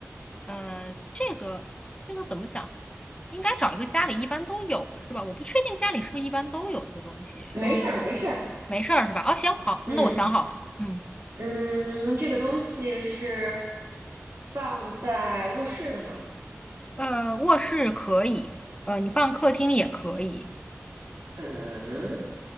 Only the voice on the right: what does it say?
没事儿没事儿。
嗯
嗯，这个东西是放在卧室的吗？
嗯，